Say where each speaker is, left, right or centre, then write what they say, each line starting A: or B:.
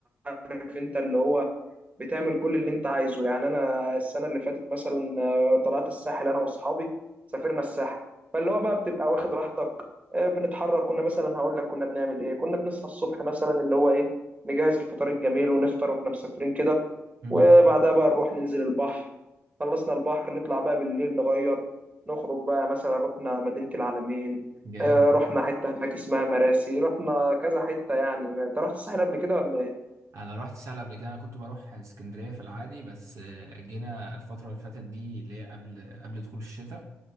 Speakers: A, on the right; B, on the right.
A: عارف أنت اللي هو بتعمل كل اللي انت عايزه يعني انا السنه اللي فاتت مثلا آه، طلعت الساحل انا واصحابي سافرنا الساحل فاللي هو بقى بتبقى واخد راحتك آه، بنتحرك كنا مثلا هقول لك كنا بنعمل ايه كنا بنصحى الصبح مثلا اللي هو ايه نجهز الفطار الجميل ونفطر واحنا مسافرين كده
B: مم.
A: وبعدها بقى نروح ننزل البحر خلصنا البحر نطلع بقى بالليل نغير نخرج بقى مثلا رحنا مدينة العلمين
B: جامد
A: آه، رحنا حتة هناك اسمها مراسي رحنا كذا حتة يعني انت رحت الساحل قبل كده ولا
B: انا رحت سهل قبل كده انا كنت بروح اسكندريه في العادي بس آه، جينا الفتره اللي فاتت دي اللي هي قبل قبل دخول الشتاء